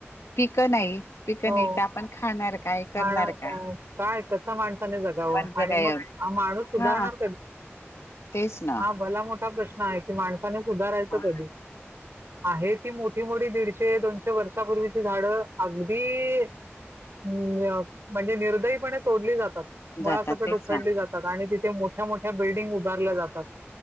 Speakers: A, on the left; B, on the right.
A: पिकं नाही पिकं
B: हो.
A: नाही तर आपण खाणार काय करणार
B: म्हण
A: काय
B: काय कसा माणसाने जगावं
A: वंज
B: आणि
A: काय
B: मग माणूस सुधारणार.
A: हा तेच ना
B: हा भला मोठा प्रश्न आहे. माण सुधारायचं
A: मग
B: कधी? आहे ती मोठी मोठी दीडशे दोनशे वर्षापूर्वीची झाडं अगदी ह म्हणजे निर्दयीपणे तोडली जातात. मुळासकट
A: जातात तेच
B: उखडली
A: ना
B: जातात आणि तिथे मो मोठ्या मोठ्या बिल्डिंग उभारल्या जातात.